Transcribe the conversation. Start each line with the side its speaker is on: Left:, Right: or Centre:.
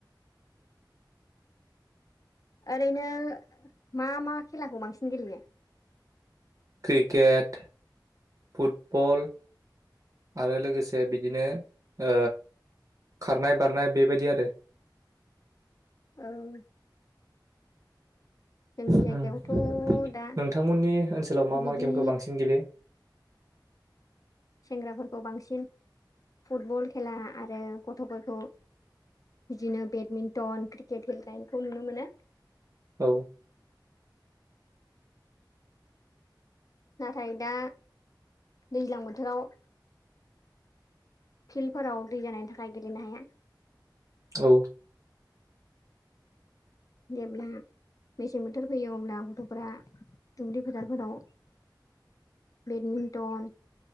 Left: ओरैनो मा मा खेलाखौ बांसिन गेलेयो।
Right: क्रिकेट फुटबल आरो लोगोसे बिदि बिदिनो खारनाय बारनाय बेबायदि आरो।
Left: औ। जोंनि
Right: नोंथांमोननि
Left: जायगायावथ' दा
Right: ओनसोलाव मा
Left: बिदि
Right: मा गेमखौ बांसिन गेलेयो।
Left: सेंग्राफोरखौ बांसिन फुटबल खेला आरो गथ'फोरखौ बिदिनो बेडमिन्टन क्रिकेट गेलेनायखौ नुनो मोनो
Right: औ।
Left: नाथाय दा दैज्लां बोथोराव फिल्डफोराव दै जानायनि थाखाय गेलेनो हाया।
Right: औ।
Left: <unintelligible> मेसें बोथोर फैयो अब्ला गथ'फोरा दुब्लि फोथारफोराव बेडमिन्टन